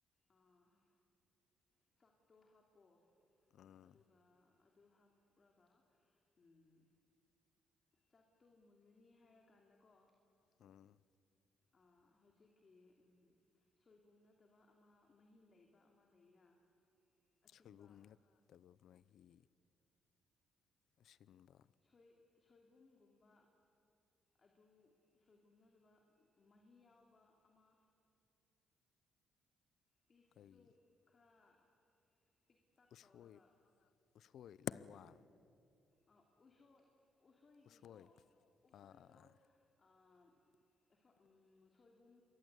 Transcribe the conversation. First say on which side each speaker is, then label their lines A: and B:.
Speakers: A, on the left (about 35°); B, on the left (about 70°).
A: ꯑꯥ ꯆꯥꯛꯇꯣ ꯍꯥꯞꯄꯣ
B: ꯎꯝ
A: ꯑꯗꯨꯒ ꯑꯗꯨ ꯍꯥꯞꯔꯒ ꯎꯝ ꯆꯥꯛꯇꯣ ꯃꯨꯜꯂꯅꯤ ꯍꯥꯏꯔꯀꯥꯟꯗꯀꯣ
B: ꯎꯝ
A: ꯑ ꯍꯧꯖꯤꯛꯀꯤ ꯎꯝ ꯁꯣꯏꯕꯨꯝ ꯅꯠꯇꯕ ꯑꯃ ꯃꯍꯤ ꯂꯩꯕ ꯑꯃ ꯂꯩꯅ ꯑꯁꯤꯟꯕ
B: ꯁꯣꯏꯕꯨꯝ ꯅꯠꯇꯕ ꯃꯍꯤ ꯑꯁꯤꯟꯕ
A: ꯁꯣꯏ ꯁꯣꯏꯕꯨꯝꯒꯨꯝꯕ ꯑꯗꯨ ꯁꯣꯏꯕꯨꯝ ꯅꯠꯗꯕ ꯃꯍꯤ ꯌꯥꯎꯕ ꯑꯃ ꯄꯤꯁꯁꯨ
B: ꯀꯩ
A: ꯈꯔ ꯄꯤꯛ ꯇꯛ
B: ꯎꯁꯣꯏ
A: ꯇꯧꯔꯒ
B: ꯎꯁꯣꯏ ꯂꯥꯏꯋꯥ
A: ꯑꯣ ꯑ ꯎꯁꯣꯏ ꯎꯁꯣꯏꯒꯤꯗꯣ
B: ꯎꯁꯣꯏ
A: ꯎꯁꯣꯏꯗꯣ
B: ꯑꯥ ꯑꯥ ꯑꯥ
A: ꯑꯥ ꯎꯁꯣꯏ ꯎꯝ ꯁꯣꯏꯕꯨꯝ